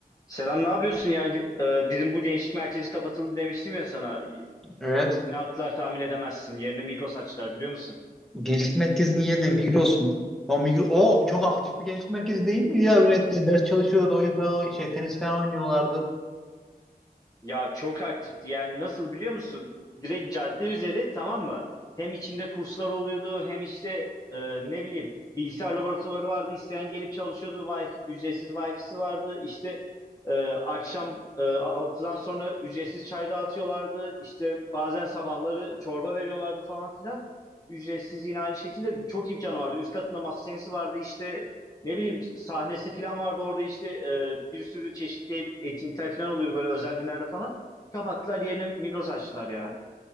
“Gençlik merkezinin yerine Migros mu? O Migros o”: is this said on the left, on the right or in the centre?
Centre